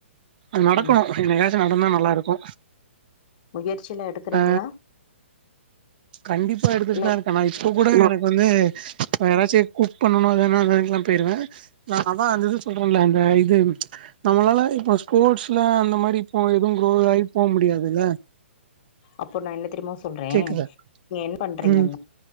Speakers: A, on the right; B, on the left.
A: அது நடக்கணும்
B: ம்.
A: என்னைக்காச்சு நடந்தா நல்லாருக்கு
B: முயற்சிலாம் எடுக்குறீங்களா?
A: அ கண்டிப்பா எடுத்துக்ட்டுதா
B: இல்ல
A: இருக்கே நா இப் இப்ப கூட எனக்கு வந்து யாராச்சு குக் பண்ணணு எதுனா <unintelligible> போயிருவ நா அதா வந்துது சொல்றேன்ல அந்த இது நம்மளால இப்ப ஸ்போர்ட்ஸ் இல்ல அந்த மாறி ப்போ எதுவு குரோ ஆகி போ முடியாதுல்ல.
B: அப்ப நா என்ன தெரியுமா சொல்றே
A: கேக்குதா
B: நீங்க என்ன பண்றீங்கனா
A: ம்